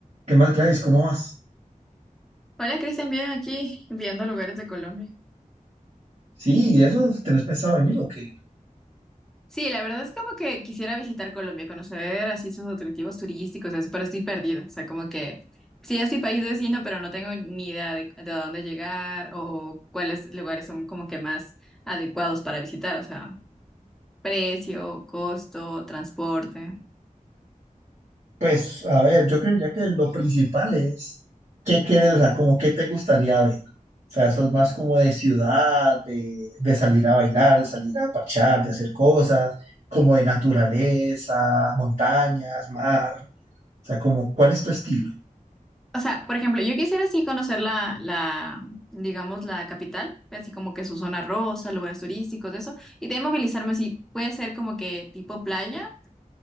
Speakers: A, on the right; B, in the centre.
A: ¿Qué más, Gladys? ¿Cómo vas?
B: Hola Cristian, bien aquí viendo lugares de Colombia.
A: Sí, ¿y eso tenés pensado venir o qué?
B: Sí, la verdad es como que quisiera visitar Colombia, conocer así sus atractivos turísticos, eso, pero estoy perdida. O sea, como que sí es mi país vecino, pero no tengo ni idea de, de a dónde llegar o cuáles lugares son como que más adecuados para visitar. O sea, precio, costo, transporte.
A: Pues, a ver, yo creería que lo principal es qué quieres, o sea, como qué te gustaría ver. O sea, eso es más como de ciudad, de, de salir a bailar, de salir a parchar, de hacer cosas, como de naturaleza, montañas, mar. O sea, como, ¿cuál es tu estilo?
B: O sea, por ejemplo, yo quisiera así conocer la, la, digamos, la capital, así como que su zona rosa, lugares turísticos, de eso. Y de ahí movilizarme así, puede ser como que tipo playa